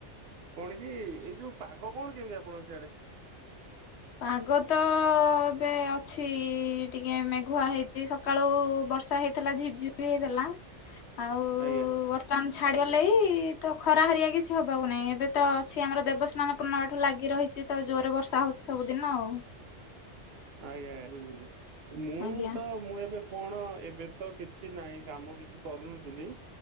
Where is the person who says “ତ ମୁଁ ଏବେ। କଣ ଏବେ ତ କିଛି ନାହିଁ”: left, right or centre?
Right